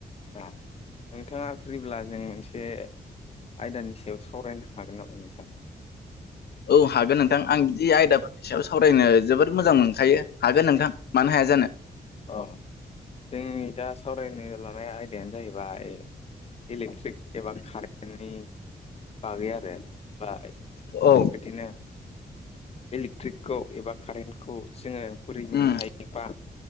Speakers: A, on the left; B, on the left.
A: आ नोंथाङा फ्रिब्ला जों मोनसे आयदानि सायाव सावरायनो हागोन नामा नोंथां
B: औ हागोन नोंथां आं बिदि आयदा फो स सायाव सावरायनो जोबोद मोजां मोनखायो हागोन नोंथां मानो हाया जानो
A: अ जोंनि दा सावरायनो लानाय आयदायानो जाहैबाय इलेक्ट्रिक एबा कारेन्टनि बागै आरो बा बेफोरबायदिनो
B: औ
A: इलेक्ट्रिकखौ एबा कारेन्टखौ जोङो बुरै मोननो
B: उम
A: हायोबा